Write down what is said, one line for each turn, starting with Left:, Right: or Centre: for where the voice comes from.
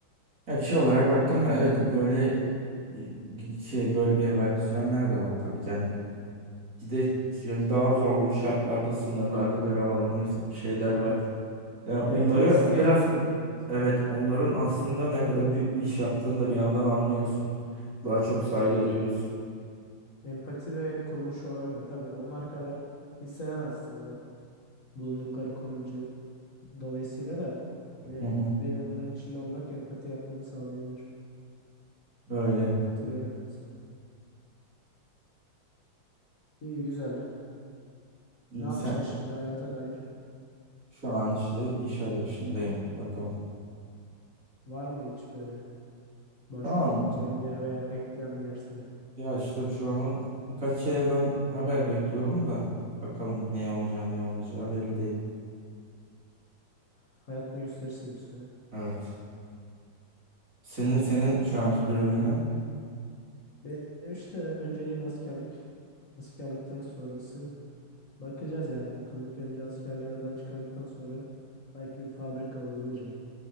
Right: Ya
Left: Tabii
Right: şey
Left: tabii
Right: olarak
Left: onlar
Right: baktım mı evet böyle
Left: abartı.
Right: e, şey böyle bir hayat sürenler de var tabii ki. Yani bir de yani daha zorlu şartlarda sınırlarda görev alan insan, şeyler var.
Left: Aynen.
Right: Yani
Left: Direkt
Right: onları
Left: mesleği
Right: o biraz
Left: bu yani.
Right: evet onların aslında ne kadar büyük bir iş yaptığını da bir yandan anlıyorsun. Daha çok
Left: Evet
Right: saygı
Left: evet.
Right: duyuyorsun.
Left: Empati de kurmuş olabilir. Yani tabii onlar kadar hissedemezsin o bulundukları konumcu dolayısıyla da yine
Right: Hı hı,
Left: bir onların içinde olmak empati yapmanı sağlayabilir.
Right: öyle.
Left: Katılıyorum ben sana. İyi güzel.
Right: İyi,
Left: Ne yapacaksın
Right: Sen
Left: şimdi hayata dair?
Right: şu an işte iş arayışındayım. Bakalım.
Left: Var mı hiç böyle başvurabileceğin
Right: Şu an
Left: bir yer veya bekleyen bir yer seni?
Right: Ya işte şu an birkaç yerden haber bekliyorum da bakalım ne olacağı ne olmayacağı belli değil.
Left: Hayatına gösterirse diyorsun ha.
Right: Evet. Senin
Left: İyi
Right: senin
Left: güzel.
Right: şu anki planın ne?
Left: Benim işte önceliğim askerlik. Askerlikten sonrası bakacağız yani. Bakalım ilk önce askerliği aradan çıkardıktan sonra belki bir fabrika olabilir ya.